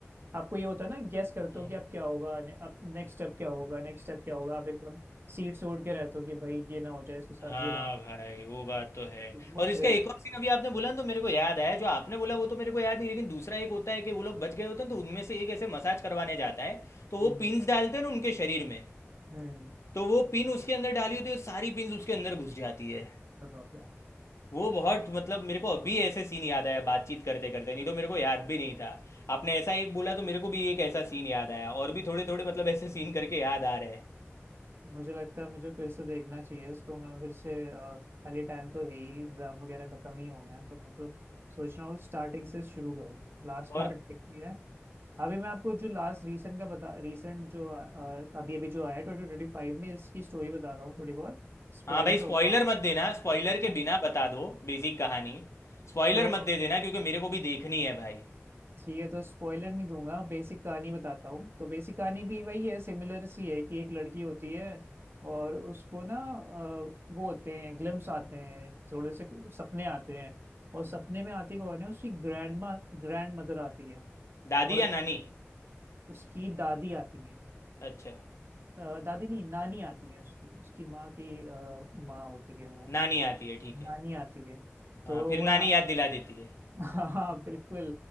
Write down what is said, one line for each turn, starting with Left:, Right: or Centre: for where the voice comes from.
Right: आपको ये होता है ना गेस करते
Left: हम्म,
Right: हो कि अब क्या होगा ने, अब नेक्स्ट स्टेप क्या होगा नेक्स्ट स्टेप क्या होगा आप एकदम सीट से उड़ के रहते हो कि भाई ये ना हो जाए इसके साथ
Left: हाँ
Right: ये ना हो
Left: भाई वो बात तो है
Right: वो
Left: और इसका
Right: थ्रिल
Left: एक और सीन अभी आपने बोला ना तो मेरे को याद आया जो आपने बोला वो तो मेरे को याद नहीं लेकिन दूसरा एक होता है कि वो लोग बच गए होते हैं तो उनमें से एक ऐसे मसाज करवाने जाता है तो वो
Right: हम्म
Left: पिन्स डालते हैं ना उनके शरीर में
Right: हम्म,
Left: तो वो पिन उसके अंदर डाली होती है सारी पिन्स उसके अंदर घुस जाती है
Right: बताओ क्या
Left: वो बहुत मतलब मेरे को अभी ऐसे सीन याद आया बातचीत करते करते नहीं तो मेरे को याद भी नहीं था आपने ऐसा एक बोला तो मेरे को भी एक ऐसा सीन याद आया और भी थोड़े थोड़े मतलब ऐसे सीन करके याद आ रहे हैं
Right: मुझे लगता है मुझे फिर से देखना चाहिए इसको मैं फिर से अ, खाली टाइम तो है ही एग्जाम वगैरह खत्म ही हो गए हैं तो मैं तो सोच रहा हूँ स्टार्टिंग से शुरू करूँ लास्ट
Left: और
Right: पार्ट देखनी है अभी मैं आपको जो लास्ट रीसेंट का बता रीसेंट जो अ, अ, अभी अभी जो आया ट्वेंटी ट्वेंटी फाइव में इसकी स्टोरी बता रहा हूँ थोड़ी बहुत स्पॉइलर
Left: हाँ भाई स्पॉइलर
Right: होगा
Left: मत देना स्पॉइलर के
Right: <laughs>
Left: बिना बता दो बेसिक कहानी स्पॉइलर
Right: तो
Left: मत दे देना क्योंकि मेरे को भी देखनी है भाई
Right: ठीक है तो स्पॉइलर नहीं दूंगा बेसिक कहानी बताता हूँ तो बेसिक कहानी भी वही है सिमिलर सी है कि एक लड़की होती है और उसको ना अ, वो होते हैं ग्लिम्स आते हैं थोड़े से सपने आते हैं और
Left: हम्म,
Right: सपने में आती कौन है उसकी ग्रैंड माँ ग्रैंड मदर आती है
Left: दादी
Right: और
Left: या नानी
Right: उसकी दादी आती हैं
Left: अच्छा
Right: अ, दादी नहीं नानी आती है उसकी उसकी माँ की अ, माँ होती है वो
Left: नानी आती है ठीक है
Right: नानी आती है तो
Left: हाँ फिर
Right: वो
Left: नानी
Right: ना
Left: याद दिला देती है
Right: <laughs> हाँ बिल्कुल